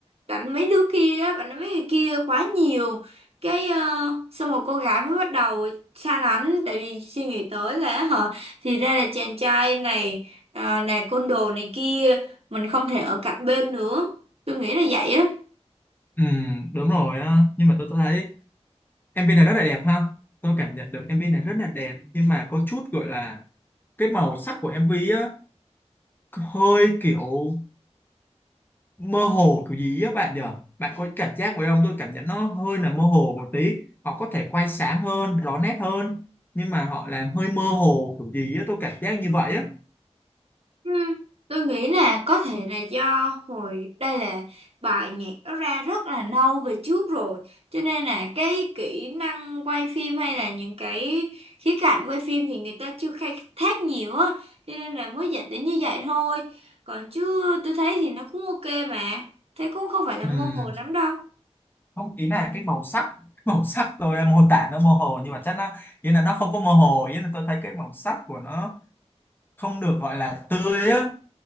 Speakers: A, on the right; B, on the left.
A: đánh mấy đứa kia á, bạn đánh mấy người kia quá nhiều cái ờ, xong rồi cô gái mới bắt đầu xa lánh tại vì suy nghĩ tới là hả thì ra là chàng trai này ờ, là côn đồ này kia mình không thể ở cạnh bên nữa tôi nghĩ là vậy á
B: Ừ, đúng rồi á nhưng mà tôi tôi thấy em MV này rất là đẹp ha tôi cảm nhận được em MV này rất là đẹp nhưng mà có chút gọi là cái màu sắc của em MV á hơi kiểu mơ hồ kiểu gì á bạn nhỉ bạn có cảm giác vậy không tôi cảm nhận nó hơi là mơ hồ một tí họ có thể quay sáng hơn rõ nét hơn nhưng mà họ làm hơi mơ hồ kiểu gì á tôi cảm giác như vậy á
A: Ừ, Tôi nghĩ là có thể là do hồi đây là bài nhạc nó ra rất là lâu về trước rồi cho nên là cái kỹ năng quay phim hay là những cái khía cạnh quay phim thì người ta chưa khai thác nhiều á cho nên là mới dẫn đến như vậy thôi còn chứ tôi thấy thì nó cũng ok mà thế cũng không phải là
B: ừ,
A: mơ hồ lắm đâu
B: không ý là cái màu sắc <laughs> màu sắc tôi mô tả nó mơ hồ nhưng mà chắc nó ý là nó không có mơ hồ ý là tôi thấy cái màu sắc của nó không được gọi là tươi á